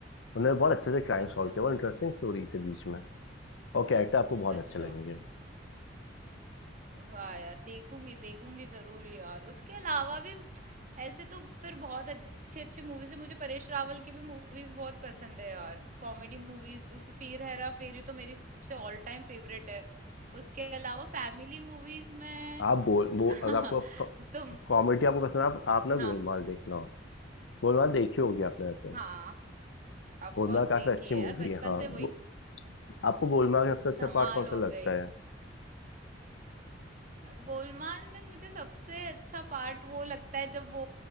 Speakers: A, on the left (about 80°); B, on the right (about 45°).
A: उन्होंने बहुत अच्छे से क्राइम
B: अच्छा
A: सॉल्व किया बहुत इंटरेस्टिंग स्टोरी से बीच में और कैरेक्टर आपको बहुत
B: अच्छा
A: अच्छे लगेंगे
B: वाह यार देखूंगी देखूंगी जरूर यार उसके अलावा भी ऐसे तो फिर बहुत अच्छी अच्छी मूवीज है मुझे परेश रावल की भी मूवीज बहुत पसंद है यार कॉमेडी मूवीज उसकी फिर हेरा फेरी तो मेरी सबसे ऑल टाइम फेवरेट है उसके अलावा फैमिली मूवीज में
A: आप गोल वो
B: <laughs>
A: अगर आपको
B: तो
A: कॉमेडी आपको पसंद है आप, आप ना
B: हाँ
A: गोलमाल देखना गोलमाल देखी होगी आपने वैसे
B: हाँ ऑफ
A: गोलमाल
B: कोर्स
A: काफी
B: देखी
A: अच्छी
B: है यार
A: मूवी
B: बचपन
A: है हाँ
B: से वही
A: वो- आपको गोलमाल का सबसे अच्छा
B: धमाल
A: पार्ट कौन
B: हो
A: सा लगता
B: गई
A: है
B: गोलमाल में मुझे सबसे अच्छा पार्ट वो लगता है जब वो